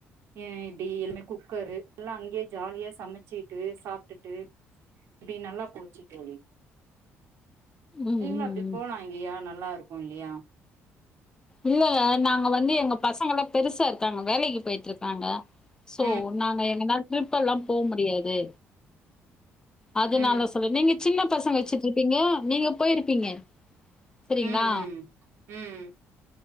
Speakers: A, on the right; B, on the left.
A: ஆ இப்டி எல்லுமே குக்கரு எல்லா அங்கேயே ஜாலியா சமச்சுட்டு சாப்டுட்டு இப்டி நல்லா போச்சு தோழி
B: ம்
A: நீங்ளு
B: ம்
A: அப்டி போலா இல்லியா நல்லா இருக்கு இல்லியா
B: இல்லங்க நாங்க வந்து எங்க பசங்க எல்லா பெருசா இருக்காங்க வேலைக்கு போயிட்ருக்காங்க சோ
A: ம்
B: நாங்க எங்கான ட்ரிப் எல்லா போ முடியாது அதனால
A: ம்
B: சொல்லி நீங்க சின்னப் பசங்க வச்சிட்ருப்பீங்க நீங்க போயிருப்பீங்க சரிங்களா
A: உம் உம் உம்